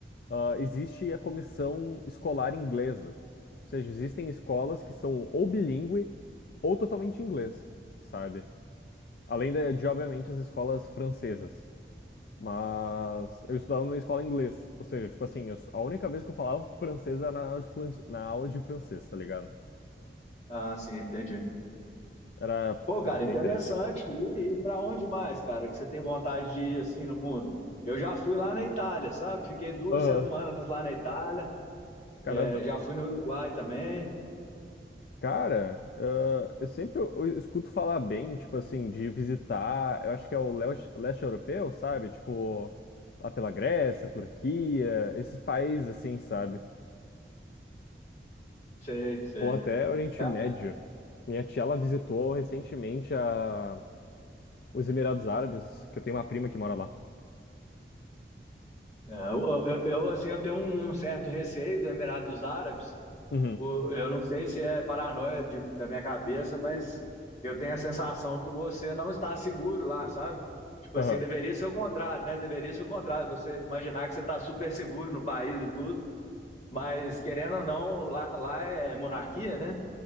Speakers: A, on the left (about 55°); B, on the left (about 40°).
A: ah, existe a comissão escolar inglesa. Ou seja, existem escolas que são ou bilíngue ou totalmente inglês, sabe? Além de, de, obviamente, as escolas francesas. Mas eu estudava numa escola inglês. Ou seja, tipo assim, eu s- a única vez que eu falava francês era na aula de fran- na aula de francês, tá ligado?
B: Ah, sim, entendi.
A: Era
B: Pô, cara,
A: bem
B: interessante.
A: interessante.
B: E, e para onde mais, cara, que você tem vontade de ir assim no mundo? Eu já fui lá na Itália, sabe? Fiquei duas
A: Aham,
B: semanas lá na Itália.
A: Caramba.
B: É, já fui no Uruguai também.
A: Cara, ah, eu sempre eu- eu escuto falar bem, tipo assim, de visitar, eu acho que é o leste, leste europeu, sabe? Tipo, lá pela Grécia, Turquia, esses países assim, sabe?
B: Sei, sei.
A: Ou É. até Oriente
B: É,
A: Médio. Minha tia, ela visitou recentemente a, os Emirados Árabes, que eu tenho uma prima que mora lá.
B: é, eu, eu, eu, assim, eu tenho um um certo receio do Emirado dos Árabes.
A: Uhum.
B: Por- Eu não sei se é paranoia de- da minha cabeça, mas eu tenho a sensação que você não está seguro lá, sabe? Tipo
A: aham.
B: assim, deveria ser o contrário, né? Deveria ser o contrário. Você imaginar que você está super seguro no país e tudo. Mas, querendo ou não, lá, lá é monarquia, né?